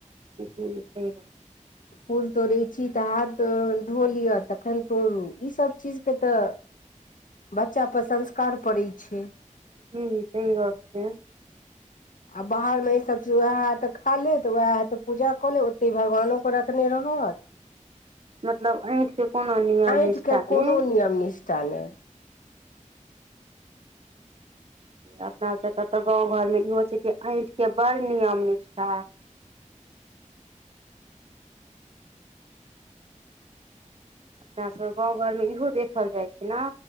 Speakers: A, on the right (about 50°); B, on the left (about 85°).
A: जी सही गप्प
B: फूल तोड़ै छी तऽ हाथ धो लिअ तखन तोड़ू इसभ चीजके तऽ बच्चाा पर संस्कार पड़ैइ छै
A: जी सही गप्प छैै
B: <inaudible> आ बाहरमे ईसभ चीज उएह हए त खा ले तऽ उएह हए तऽ पूजा कऽ ले ओतहि भगवानोकेँ रखने रहत
A: मतलब ऐंठ के कोनो नियम
B: अइठ
A: निष्ठा
B: के कोनो
A: नै
B: नियम निष्ठा नहि
A: अपना सबके तऽ गाँव घरमे इहो छै कि अइठ के बड़ नियम निष्ठा
B: <inaudible>
A: अपना सभ गाँव घरमे इहो देखल जाइ छै न